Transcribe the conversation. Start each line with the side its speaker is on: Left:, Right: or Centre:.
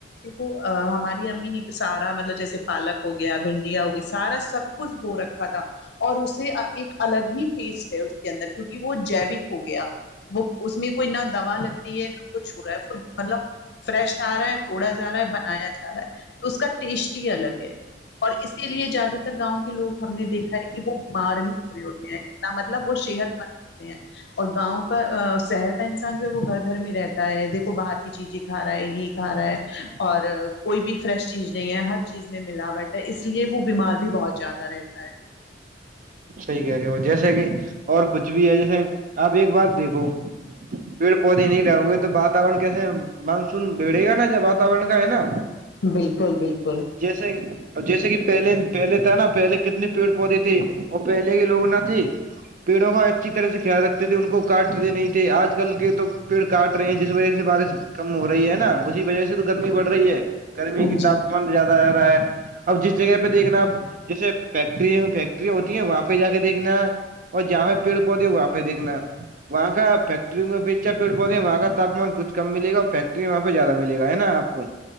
Left: تو ہماری امی نے سارا مطلب جیسے پالک ہو گیا بھنڈیاں ہو گیا سارا سب کچھ بو رکھا تھا اور اسے ایک الگ ہی ٹیسٹ ہے اس کے اندر کیونکہ وہ جیوک ہو گیا وہ اس میں کوئی نہ دوا لگ رہی ہے نہ کچھ ہو رہا ہے مطلب فریش آ رہا ہے توڑا جا رہا ہے بنایا جا رہا ہے تو اس کا ٹیسٹ ہی الگ ہے اور اس کے لیے زیادہ تر گاؤں کے لوگ ہم نے دیکھا ہے کہ وہ بیمار نہیں پے ہوتے ہیں مطلب وہ صحت مند رہتے ہیں اور گاؤں کا شہر کا انسان جو ہے وہ گھر گھر میں رہتا ہے دیکھو باہر کی چیزیں کھا رہا ہے یہ کھا رہا ہے اور کوئی بھی فریش چیز نہیں ہے ہر چیز میں ملاوٹ ہے اس لیے وہ بیمار بھی بہت زیادہ رہتا ہے
Right: صحی کہہ رہے ہو جیسے کہ اور کچھ بھی ہے جیسے آپ ایک بار دیکھو پیڑ پودے نہیں رہ گے تو بات واتورن کیسے مانسون بگڑے گا نا ج واتورن کا ہے نا
Left: بالکل بالکل
Right: جیسے جیسے کہ پہلے پہلے تھا نا پہلے کتنی پیڑ پودے تھی اور پہلے کے لوگ نہ تھے پیڑوں کا اچھی طرح سے خیال رکھتے تھے ان کو کاٹتے نہیں تھے آج کل کے تو پیڑ کاٹ رہے ہیں جس وجہ سے بارش کم ہو رہی ہے نا اسی وجہ سے تو گرمی بڑھ رہی ہے گرمی
Left: ہاں
Right: کی
Left: جی
Right: تاپمان زیادہ آ رہا ہے اب جس جگہ پہ پ دیکھنا آپ جیسے فیکٹری میں فیکٹرییاں ہوتی وہاں پہ جا کے دیکھنا اور جہاں پیڑ پودے وہاں پہ دیکھنا وہاں کاا فیکٹری بیچا پڑ پتے وہاں کا تامان کھ کم ملےا اور فیکٹری میں وہاںہ زیادہ ملے گا نا آپ کو